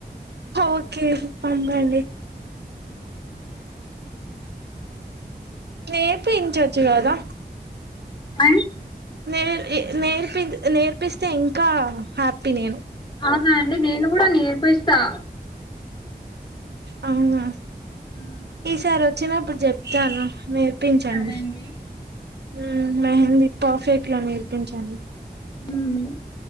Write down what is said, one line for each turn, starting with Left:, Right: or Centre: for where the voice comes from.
Right: హా ఓకే పంపండి. నేర్పించచ్చు గదా.
Left: అ
Right: నే ఎ నేర్పి నేర్పిస్తే ఇంకా హ్యాపీ నేను
Left: ఆహా అండి నేను కూడా నేర్పిస్తా
Right: అవునా
Left: ఉమ్,
Right: ఈసారి వచ్చినప్పుడు చెప్తాను. నేర్ నేర్పించండి
Left: సరే అండి
Right: ఉమ్ మెహందీ పర్ఫెక్ట్ గా నేర్పించండి.
Left: ఉబుమ్